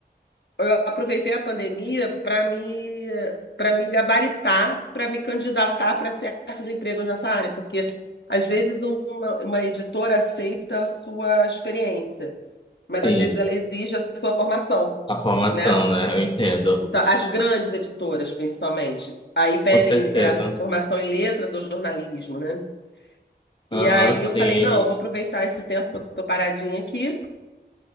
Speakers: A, on the left; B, on the left.
A: Eu aproveitei a pandemia para me para me gabaritar, para me candidatar para certos empregos nessa área, porque às vezes uma, uma editora aceita a sua experiência, mas
B: Sim,
A: às vezes ela exige a sua formação,
B: a formação,
A: né?
B: né? Eu entendo,
A: Então, as grandes editoras, principalmente, aí pedem
B: com certeza.
A: é, a formação em letras ou jornalismo, né? E
B: Aham,
A: aí
B: sim.
A: eu falei, não, eu vou aproveitar esse tempo que eu tô paradinha aqui,